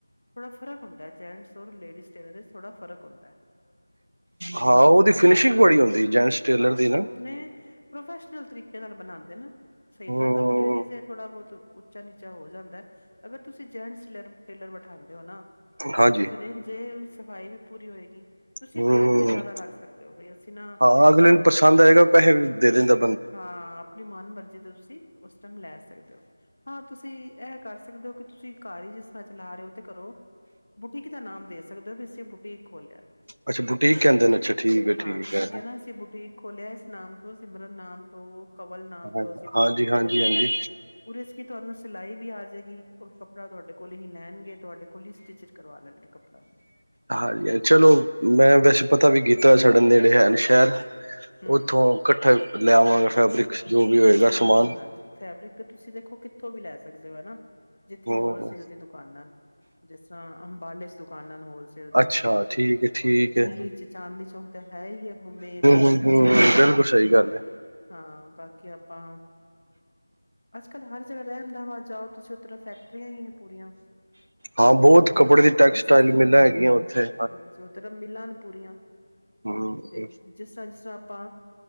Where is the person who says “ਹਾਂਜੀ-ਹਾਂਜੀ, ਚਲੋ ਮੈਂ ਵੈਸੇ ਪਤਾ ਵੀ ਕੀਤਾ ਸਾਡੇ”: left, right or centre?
Right